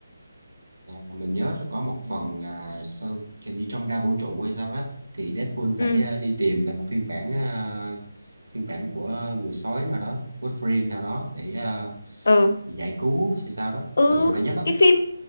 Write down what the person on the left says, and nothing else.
Ừ.
ừ
ừ
ừ
cái phim